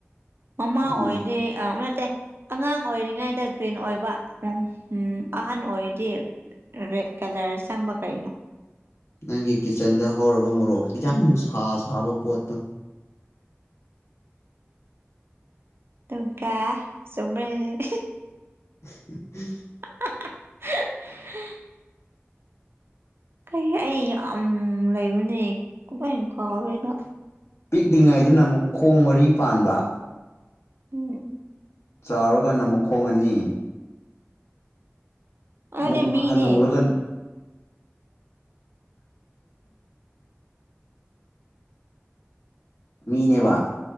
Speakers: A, on the right; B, on the left.
A: ꯃꯃꯥ ꯑꯣꯏꯗꯤꯦ
B: ꯎꯝ
A: ꯑ ꯅꯠꯇꯦ ꯑꯉꯥꯡ ꯑꯣꯏꯔꯤꯉꯩꯗ ꯒ꯭ꯔꯤꯟ ꯑꯣꯏꯕ ꯎꯝ ꯎꯝ ꯑꯍꯟ ꯑꯣꯏꯔꯗꯤ ꯔꯦꯠ ꯀꯂꯔ ꯆꯪꯕ ꯀꯔꯤꯅꯣ
B: ꯅꯪꯒꯤ ꯀꯤꯠꯆꯟꯗ ꯍꯧꯔꯕ ꯃꯣꯔꯣꯛ ꯍꯖꯥꯡ ꯅꯨꯡꯁꯥ ꯁꯥꯕ ꯄꯣꯠꯇꯣ
A: ꯇꯀ ꯁꯃꯔ
B: ꯎꯝ
A: <inaudible> ꯀꯩ ꯑꯩ ꯌꯥꯝ ꯂꯩꯕꯅꯦ ꯀꯃꯥꯏ ꯀꯥꯎꯔꯤꯅꯣ
B: ꯄꯤꯛꯂꯤꯉꯥꯏꯗꯨꯅ ꯑꯃꯨꯛ ꯈꯣꯡ ꯃꯔꯤ ꯄꯥꯟꯕ
A: ꯎ
B: ꯆꯥꯎꯔꯒꯅ ꯃꯈꯨꯣꯡ ꯑꯅꯤ
A: ꯑꯗꯨꯅꯦ
B: ꯑꯃꯨꯛ
A: ꯃꯤꯅꯦ
B: ꯍꯟꯅꯨꯔꯒ ꯃꯤꯅꯦꯕ